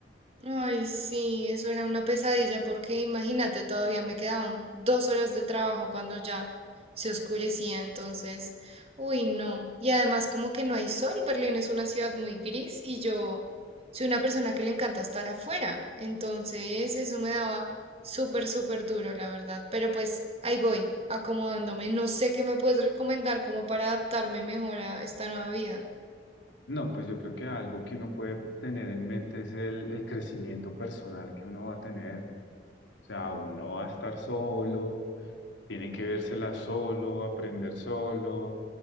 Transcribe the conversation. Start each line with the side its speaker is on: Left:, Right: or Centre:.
Right: Ay, sí, eso era una pesadilla porque imagínate, todavía me quedaban dos horas de trabajo cuando ya se oscurecía, entonces, uy, no. Y además como que no hay sol, Berlín es una ciudad muy gris y yo soy una persona que le encanta estar afuera, entonces eso me daba súper, súper duro, la verdad. Pero pues ahí voy, acomodándome. No sé qué me puedes recomendar como para adaptarme mejor a esta nueva vida.
Left: No, pues yo creo que algo que uno puede tener en mente es el, el crecimiento personal que uno va a tener. O sea, uno va a estar solo, tiene que vérsela solo, aprender solo,